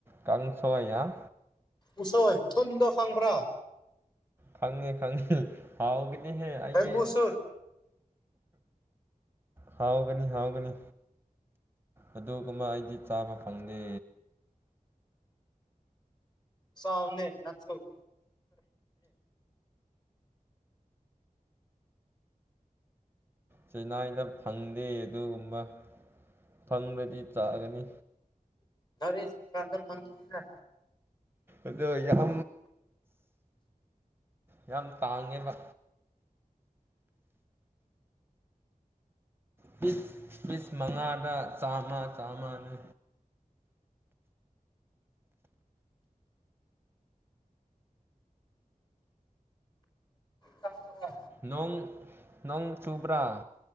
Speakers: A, on the right; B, on the left.
A: ꯀꯥꯡ ꯁꯍꯌꯥꯝ
B: ꯎꯁꯣꯏ ꯊꯨꯟꯗ ꯈꯪꯕ꯭ꯔꯥ
A: ꯈꯪꯉꯦ ꯈꯪꯉꯦ ꯍꯥꯎꯒꯅꯤꯍꯦ ꯑꯩꯗꯤ
B: ꯕꯦꯝꯕꯨ ꯁꯨꯠ
A: ꯍꯥꯎꯒꯅꯤ ꯍꯥꯎꯒꯅꯤ ꯑꯗꯨꯒꯨꯝꯕ ꯑꯩꯗꯤ ꯆꯥꯕ ꯐꯪꯗꯦ
B: ꯁꯥꯎꯅꯦ ꯅꯟꯁꯨꯅꯦ
A: ꯆꯦꯟꯅꯥꯏꯗ ꯐꯪꯗꯦ ꯑꯗꯨꯒꯨꯝꯕ ꯐꯪꯂꯗꯤ ꯆꯥꯒꯅꯤ
B: ꯐꯪꯗꯗꯔꯤꯀꯥꯟꯗ ꯐꯪꯒꯗ
A: ꯑꯗꯣ ꯌꯥꯝ ꯌꯥꯝ ꯇꯥꯡꯉꯦꯕ ꯄꯤꯁ ꯄꯤꯁ ꯃꯉꯥꯗ ꯆꯥꯝꯃ ꯆꯥꯝꯃꯅꯦ
B: ꯊꯉ
A: ꯅꯣꯡ ꯅꯣꯡ ꯆꯨꯕ꯭ꯔꯥ